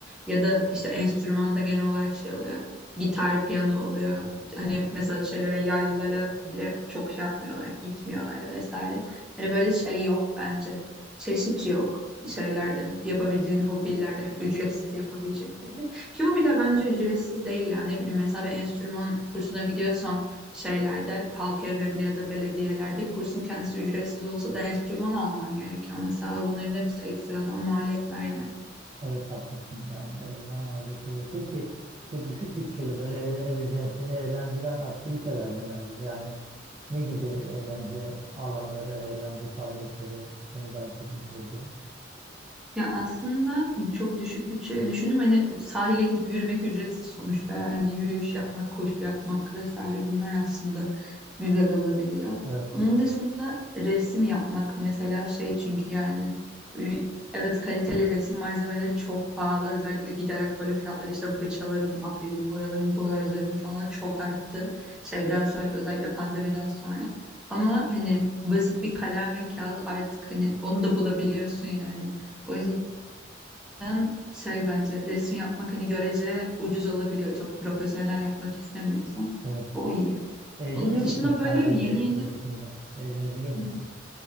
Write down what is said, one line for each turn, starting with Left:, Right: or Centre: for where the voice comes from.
Centre: Ya da işte enstrümanda genel olarak şey oluyor. Gitar, piyano oluyor hani mesela şeylere yaylılara bile çok şey yapmıyorlar gitmiyorlar vesaire. Hani böyle şey yok bence. Çeşit yok şeylerde yapabileceğin hobilerde hani ücretsiz yapabileceklerinde. Ki hobiler bence ücretsiz değil yani. Ne bileyim mesela bir enstrüman kursuna gidiyorsan şeylerde halk evlerinde ya da belediyelerde kursun kendisi ücretsiz olsa da enstrüman alman gerekiyor. Mesela bunların hepsi ekstradan maliyetler yani.
Right: Evet haklısın yani elde maliyet oluyor. Peki çok düşük bütçeli böyle eğlenebileceğin, seni eğlendiren aktiviteler nelerdir? Yani ne gibi eğlence alanları, eğlence faaliyetleri seni daha çok mutlu ediyor?
Centre: Ya aslında çok düşük bütçeyle düşündüm. Hani sahile gidip yürümek ücretsiz sonuçta. Yani yürüyüş yapmak, koşu yapmak vesaire bunlar aslında güzel olabiliyor.
Right: Evet,
Centre: Onun dışında resim yapmak mesela şey çünkü yani e, evet kaliteli resim malzemeleri çok pahalı. Özellikle giderek böyle fiyatlar işte fırçaların, akrilik boyaların, boyajların falan çok arttı. Şeyden sonra özellikle pandemiden sonra. Ama hani basit bir kalem ve kağıt artık hani onu da bulabiliyorsun yani. O yüzden şey bence resim yapmak hani görece ucuz olabiliyor. Çok profesyonel yapmak istemiyorsan.
Right: evet.
Centre: O iyi.
Right: Eğleniyor
Centre: Onun dışında
Right: musun
Centre: böyle
Right: sadece
Centre: yeni yeni
Right: resimle? Eğlenebiliyor musun?
Centre: Hı. hı.